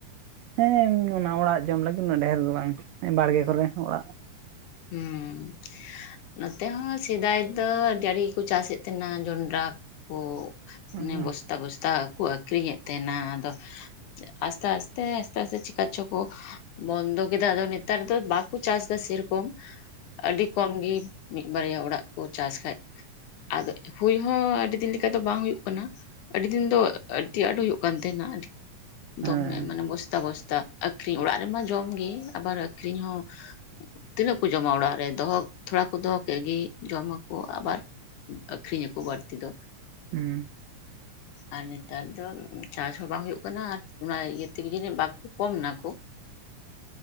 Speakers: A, on the right (about 85°); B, on the left (about 75°).
A: ᱦᱮᱸ ᱚᱱᱟ ᱚᱲᱟᱜ ᱡᱚᱢ ᱞᱟᱹᱜᱤᱫ ᱩᱱᱟ. ᱜ ᱰᱷᱮᱨ ᱫᱚ ᱵᱟᱝ ᱵᱟᱲᱜᱮ ᱠᱚᱨᱮ, ᱚᱲᱟᱜ
B: ᱦᱩᱢ ᱱᱚᱛᱮ ᱦᱚᱸ ᱥᱮᱫᱟᱭ ᱫᱚ ᱟᱹᱰᱤ ᱟᱴ ᱜᱮᱠᱚ ᱪᱟᱥᱮᱫ ᱛᱟᱦᱮᱱᱟ ᱡᱚᱱᱰᱨᱟ ᱠᱚ
A: ᱦᱮᱸ
B: ᱢᱟᱱᱮ ᱵᱚᱥᱛᱟ ᱵᱚᱥᱛᱟ ᱠᱚ ᱟᱹᱠᱷᱨᱤᱧᱮᱫ ᱛᱟᱦᱮᱱᱟ ᱟᱫᱚ ᱟᱥᱛᱮ ᱟᱥᱛᱮ ᱟᱥᱛᱮ ᱟᱥᱛᱮ ᱪᱤᱠᱟ ᱪᱚᱠᱚ ᱵᱚᱱᱫᱚ ᱠᱮᱫᱟ ᱟᱫᱚ ᱱᱮᱛᱟᱨ ᱫᱚ ᱵᱟᱠᱚ ᱪᱟᱥ ᱮᱫᱟ ᱥᱮᱨᱮᱠᱚᱢ ᱟᱹᱰᱤ ᱠᱚᱢ ᱜᱮ ᱾ ᱢᱤᱫ ᱵᱟᱨᱭᱟ ᱚᱲᱟᱜ ᱠᱚ ᱪᱟᱥ ᱠᱷᱟᱡ ᱟᱫᱚ ᱦᱩᱭ ᱦᱚᱸ ᱟᱹᱰᱤ ᱫᱤᱱ ᱞᱮᱠᱟ ᱫᱚ ᱵᱟᱝ ᱦᱩᱭᱩᱜ ᱠᱟᱱᱟ ᱾ ᱟᱹᱰᱤ ᱫᱤᱱ ᱫᱚ ᱟᱹᱰᱤ ᱟᱸᱴ ᱦᱩᱭᱩᱜ ᱠᱟᱱ ᱛᱟᱦᱮᱸᱱᱟ ᱟᱹᱰᱤ
A: ᱦᱮᱸ
B: ᱫᱚᱢᱮ ᱢᱟᱱᱮ ᱵᱚᱥᱛᱟ ᱵᱚᱥᱛᱟ ᱟᱠᱷᱨᱤᱧ ᱚᱲᱟᱜ ᱨᱮᱢᱟ ᱡᱚᱢ ᱜᱮ ᱟᱵᱟᱨ ᱟᱠᱷᱨᱤᱧ ᱦᱚᱸ ᱾ ᱛᱤᱱᱟᱹᱜ ᱠᱚ ᱡᱚᱢᱟ ᱚᱲᱟᱜ ᱨᱮ ᱫᱚᱦᱚ ᱛᱷᱚᱲᱟ ᱠᱚ ᱫᱚᱦᱚ ᱠᱮᱫ ᱜᱮ ᱡᱚᱢᱟᱠᱚ ᱟᱵᱟᱨ ᱟᱠᱷᱨᱤᱧ ᱟᱠᱚ ᱵᱟᱹᱲᱛᱤ ᱫᱚ ᱾
A: ᱩᱸᱦ ᱾
B: ᱟᱨ ᱱᱮᱛᱟᱨ ᱫᱚ ᱪᱟᱥ ᱦᱚᱸ ᱵᱟᱝ ᱦᱩᱭᱩᱜ ᱠᱟᱱᱟ ᱟᱨ ᱚᱱᱟ ᱤᱭᱟᱹ ᱛᱮᱜᱮ ᱡᱟᱹᱱᱤᱡ ᱵᱟᱠᱚ ᱠᱚᱢ ᱱᱟᱠᱚ ᱾